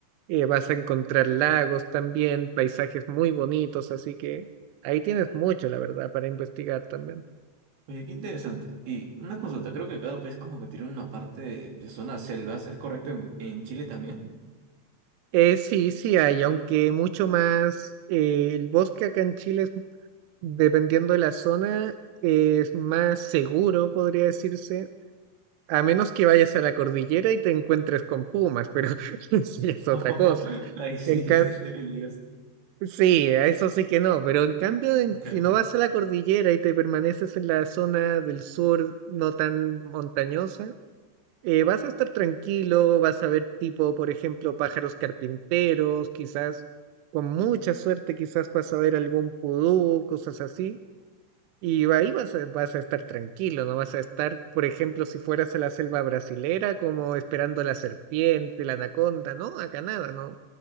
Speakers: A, on the right (about 80°); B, on the right (about 60°).
A: eh, vas a encontrar lagos también, paisajes muy bonitos, así que ahí tienes mucho, la verdad, para investigar también.
B: Oye, qué interesante. Y una consulta, creo que cada país como que tiene una parte de, de zonas selvas. ¿Es correcto en, en Chile también?
A: Eh, sí, sí hay, aunque mucho más, eh, el bosque acá en Chile, es- dependiendo de la zona, es más seguro, podría decirse A menos que vayas a la cordillera y te encuentres con pumas, pero <laughs> sí es
B: <laughs>
A: otra cosa.
B: Ay, sí,
A: En ca-
B: sí, qué peligros.
A: sí, a eso sí que no, pero en cambio, en-
B: Okay.
A: si no vas a la cordillera y te permaneces en la zona del sur no tan montañosa, eh, vas a estar tranquilo, vas a ver tipo, por ejemplo, pájaros carpinteros, quizás con mucha suerte, quizás vas a ver algún pudú, cosas así. Y ahí vas a, vas a estar tranquilo, no vas a estar, por ejemplo, si fueras a la selva brasilera, como esperando la serpiente, la anaconda, ¿no? Acá nada, no,